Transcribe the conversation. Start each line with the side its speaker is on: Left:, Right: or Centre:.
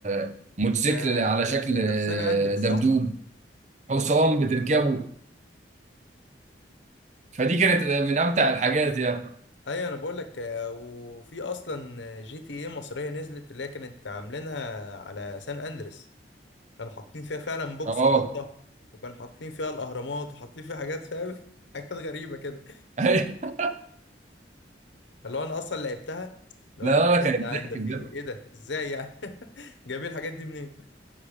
Right: آه، موتوسيكل
Left: ده
Right: على شكل
Left: ده ده, ده
Right: آه،
Left: في سان اندريس
Right: دبدوب
Left: صح؟
Right: حصان بتركبه فدي كانت آه، من امتع الحاجات يعني
Left: ايوه انا بقول لك آه، وفي اصلا جي تي ايه مصريه نزلت اللي هي كانت عاملينها على سان اندريس كانوا حاطين فيها فعلا بوكس
Right: اه
Left: شرطه وكانوا حاطين فيها الاهرامات وحاطين فيها حاجات فاهم <laughs> حاجات غريبه كده
Right: <laughs>
Left: اللي هو انا اصلا لعبتها اللي
Right: لا
Left: هو ايه ده
Right: لا كانت
Left: يا جدعان
Right: ضحك
Left: ده في
Right: بجد
Left: ايه ده ازاي يعني <laughs> جايبين الحاجات دي منين